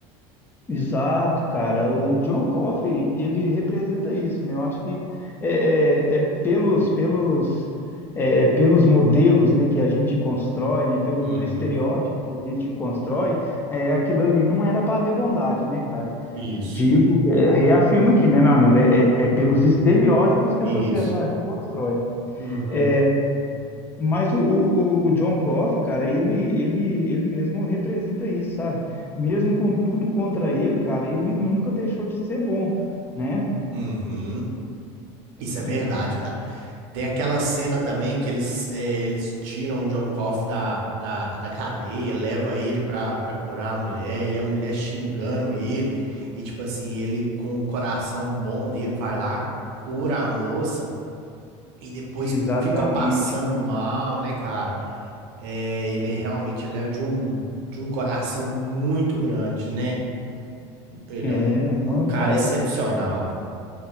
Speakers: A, on the left (about 15°); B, on the right (about 70°).
A: Exato, cara. O John Coffey, ele representa isso, né? Eu acho que é, é- é pelos, pelos, é, é pelos modelos, né, que a gente constrói, né, pelo
B: Uhum.
A: estereótipo que a gente constrói, é, aquilo ali não era para ver bondade, né, cara?
B: Isso,
A: Digo, é, reafirmo aqui, né, meu amigo? é é- é pelos estereótipos que
B: isso.
A: a sociedade constrói.
B: Uhum.
A: É, mas o, o, o John Coffey, cara, ele, ele, ele mesmo representa isso, sabe? Mesmo com tudo contra ele, cara, ele nunca deixou de ser bom, né?
B: Uhum. Isso é verdade,
A: É,
B: cara. Tem aquela cena também que eles, é, eles tiram o John Goff da, da, da cadeia, leva ele pra, pra curar a mulher, e a mulher xingando ele, e tipo assim, ele com o coração bom dele vai lá, cura a moça, e depois
A: exatamente.
B: fica passando mal, né, cara? É, ele realmente ele é de um, de um coração muito grande, né? Ele
A: É,
B: é um, um
A: não,
B: cara
A: cara,
B: excepcional.